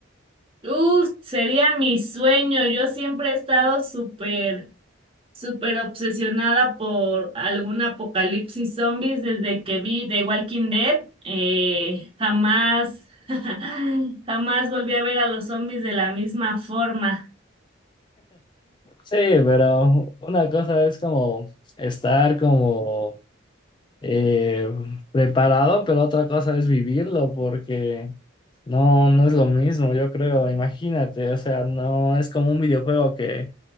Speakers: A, on the right; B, on the left.
A: Uh, sería mi sueño. Yo siempre he estado súper, súper obsesionada por algún apocalipsis zombies desde que vi The Walking Dead. Eh, jamás, <laughs> jamás volví a ver a los zombies de la misma forma.
B: Sí, pero una cosa es como estar como eh, preparado, pero otra cosa es vivirlo, porque no, no es lo mismo, yo creo, imagínate, o sea, no es como un videojuego que,